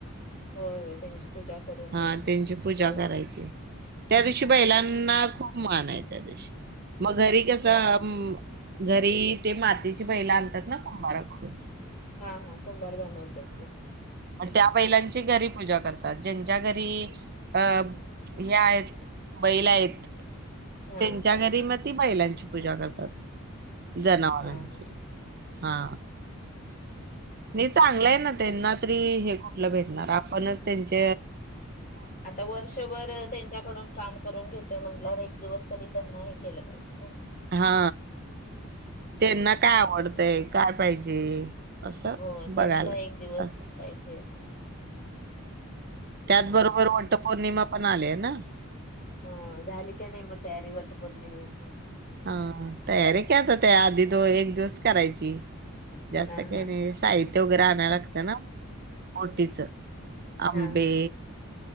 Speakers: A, on the left; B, on the right.
A: होय होय त्यांची पूजा करून
B: हा
A: तेनी
B: त्यांची पूजा
A: होय
B: करायची त्या दिवशी
A: हा
B: बैलांना खूप मान आहे त्या दिवशी मग घरी कसं
A: हो
B: म घरी ते मातीची बैल आणतात ना कुंभाराकडून
A: हा हा कुंभार बनवतात ते
B: म त्या बैलांची घरी पूजा करतात जेच्या घरी अ हे आहेत बैल आहेत
A: हा
B: त्यांच्या घरी म ती बैलांची पूजा करतात. जनावरांची
A: हा हा
B: हा नई चांगल आय ना, तेंना तरी हे कुठलं भेटणार, आपणच त्यांच
A: आता वर्षभर त्यांच्याकडून काम करून घेतोय म्हंटल्यावर, एक दिवस तरी त्यांना हे केलं पाहिजे ना
B: हा त्यांना काय आवडतंय, काय पाहिजे? असं
A: होय त्यांचा
B: बघायला
A: एक दिवस
B: असं.
A: पाहिजे असा
B: त्यात
A: हा
B: बरोबर वटपौर्णिमा पण आल्या ना?
A: अ झाली काय नई म तयारी वटपौर्णिमेची?
B: हा तयारी काय आता, त्या आधी दो एक दिवस करायची. जास्त
A: हा
B: काय
A: हा
B: नई, साहित्य वगैरे आ नाय लागतय ना ओटीच आंबे
A: हा हा